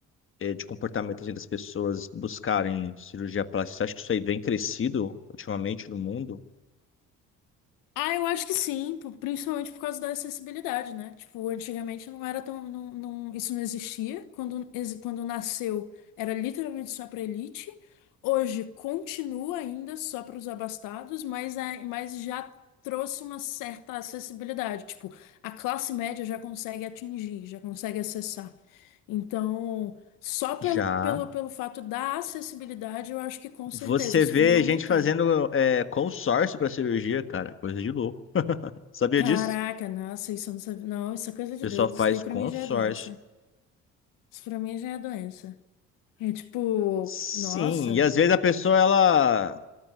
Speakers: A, on the left; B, on the left.
A: eh, de comportamento assim, das pessoas buscarem cirurgia plástica, você acha que isso aí vem crescido ultimamente no mundo?
B: Ah, eu acho que sim, po- principalmente por causa da acessibilidade, né? Tipo, antigamente não era tão, não, não- isso não existia. Quando, exi- quando nasceu, era literalmente só para elite. Hoje continua ainda só para os abastados, mas, a- mas já trouxe uma certa acessibilidade. Tipo, a classe média já consegue atingir, já consegue acessar. Então, só pelo,
A: Já.
B: pelo, pelo fato da acessibilidade, eu acho que com
A: Você
B: certeza isso
A: vê
B: vem aumentando.
A: gente fazendo eh, consórcio para cirurgia, cara, coisa de louco. Sabia
B: Caraca,
A: disso?
B: nossa, isso eu não sabia. Não, isso é coisa
A: O
B: de
A: pessoal
B: doido.
A: faz
B: Isso daí pra
A: consórcio.
B: mim já é doença. Isso pra mim já é doença. É tipo,
A: Sim,
B: nossa.
A: e às vezes a pessoa, ela,